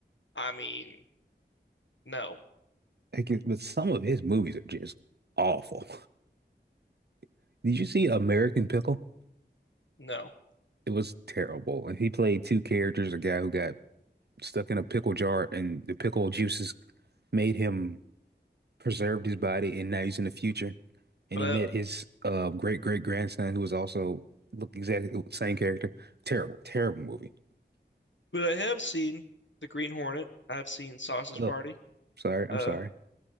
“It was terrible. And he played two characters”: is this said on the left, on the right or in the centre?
Right